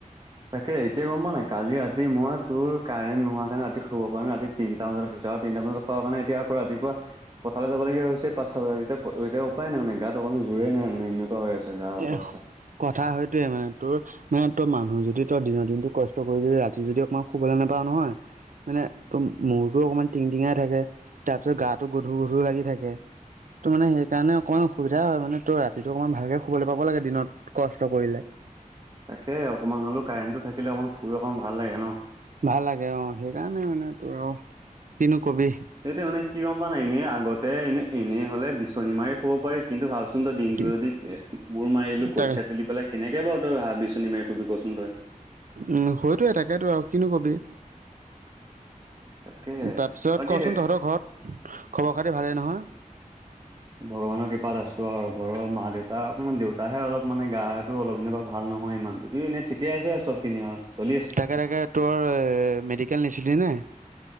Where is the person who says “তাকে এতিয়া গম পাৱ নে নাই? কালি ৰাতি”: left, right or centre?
Right